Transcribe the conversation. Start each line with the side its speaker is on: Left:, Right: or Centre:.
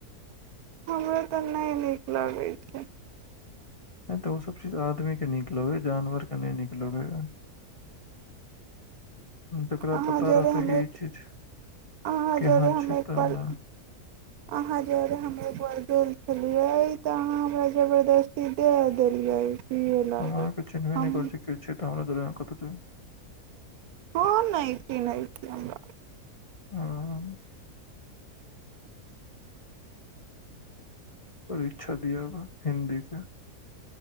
Right: हमरो ते ने नीक लागै छै।
Left: हाँ ते उ सब चीज आदमीे के निक लगे, जानवर के ने निक लगे या। जकरा
Right: अहाँ
Left: पता
Right: जरे
Left: रहतै
Right: हम
Left: कि
Right: एक
Left: ई चीज
Right: अहाँ
Left: केहेन
Right: जरे हम
Left: छै
Right: एक
Left: तब
Right: बार
Left: ने।
Right: अहाँ जोड़े हम एकबार गेम खेलियै ते अहाँ हमरा जबरदस्ती दाए देलियै। पियै लागी
Left: हम अहाँ के चिन्हबे
Right: हम
Left: ने करे छी के छी। त हमर <unintelligible> कता छै।
Right: अहाँ ने चिन्हे छी हमरा।
Left: हाँ। परीक्षा दियाबा हिन्दी के।